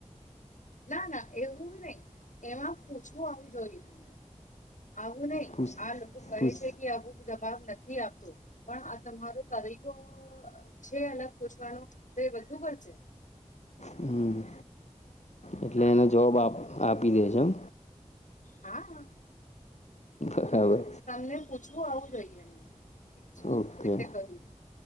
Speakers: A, on the left; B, on the left.
A: ના ના એવું નહી એમાં પૂછવું આવી જોઈએ તમને. આવું નઈ
B: પૂછ
A: આ લોકો કહે
B: પૂછ
A: છે કે આવું જવાબ નથી આપતો પણ આ તમારો તરીકો છે અલગ પૂછવાનું તો એ બધું કરશે.
B: હમ્મ. એટલે
A: હા
B: એનો જવાબ આપ આપી દે છે એમ.
A: હા.
B: બરાબર
A: તમને પૂછવું આવું જોઈએ એમને શું
B: ઓકે
A: કે રીતે કરવું?